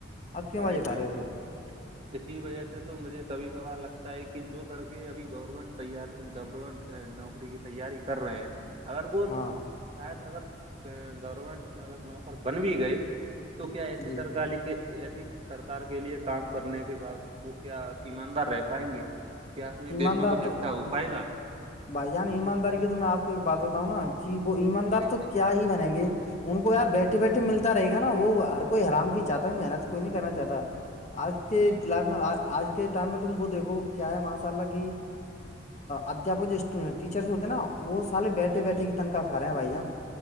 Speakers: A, on the left; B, on the right.
A: آپ کیوں آواز
B: ارے
A: اٹھا
B: بھائی
A: رہے ہو
B: جان
A: پھر
B: اسی وجہ سے تو مجھے کبھی کبھار لگتا ہے کہ جو لڑکے ابھی گورنمنٹ تیار گورنمنٹ نوکری کی تیاری کر رہے ہیں اگر وہ
A: ہاں
B: شاید اگر گورمنٹ میں اگر نوکر بن بھی گئے تو کیا ایسی
A: جی
B: سرکاری کے ایسی سرکار کے لیے کام کرنے کے بعد وہ کیا ایماندار رہ پائیں گے کیا اپنے
A: ایماندار
B: دیش میں کچھ اچھا
A: تو
B: ہو پائے گا
A: بھائی جان ایمانداری کی تو میں آپ کو ایک بات بتاؤں نا کہ وہ ایماندار
B: جی
A: تو کیا
B: جی
A: ہی بنیں گے ان کو یار بیٹھے بیٹھے ملتا رہے گا نا وہ ہر کوئی آرام کی چاہتا ہے محنت کوئی نہیں کرنا چاہتا آج کے
B: جی
A: لائف میں آج کے ٹائم میں تم وہ دیکھو کیا ہے م اللہ کی ادھپک جو ٹیچرس ہوتے ہیں نا وہ سارے بیٹھے
B: جی
A: بیٹھے
B: جی
A: کی مفت کا کھا رہے ہیں بھائی جان